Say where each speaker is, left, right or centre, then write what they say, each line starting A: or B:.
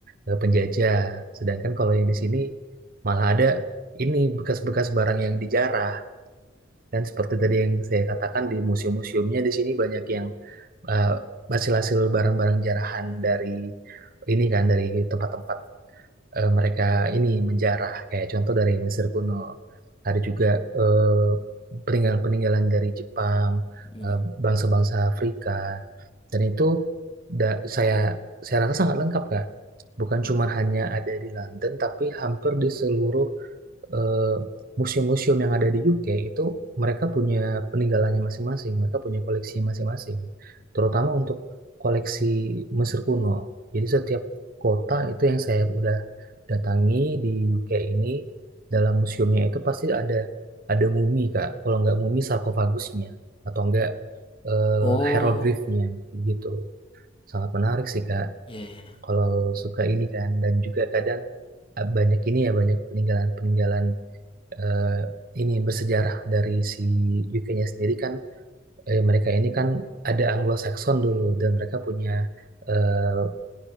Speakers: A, on the right (about 45°); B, on the left (about 25°).
A: eh, penjajah. Sedangkan kalau yang di sini malah ada ini bekas-bekas barang yang dijarah. Dan seperti tadi yang saya katakan di museum-museumnya di sini banyak yang eh, hasil-hasil barang-barang jarahan dari ini kan dari tempat-tempat eh, mereka ini menjarah kayak contoh dari Mesir kuno ada juga eh, peninggalan-peninggalan dari Jepang
B: Hmm.
A: eh, bangsa-bangsa Afrika dan itu da- saya
B: Iya.
A: saya rasa sangat lengkap Kak bukan cuma hanya ada di London tapi hampir di seluruh eh, museum-museum yang ada di UK itu mereka punya peninggalannya masing-masing mereka punya koleksi masing-masing terutama untuk koleksi Mesir kuno jadi setiap kota itu yang saya udah datangi di UK ini dalam museumnya itu pasti ada ada mumi Kak. Kalau nggak mumi sarkofagusnya atau enggak eh,
B: Oh,
A: hieroglifnya begitu. Sangat menarik sih Kak.
B: iya iya.
A: Kalau suka ini kan dan juga kadang eh, banyak ini ya banyak peninggalan-peninggalan eh, ini bersejarah dari si UK-nya sendiri kan eh, mereka ini kan ada Anglo-Saxon dulu dan mereka punya eh,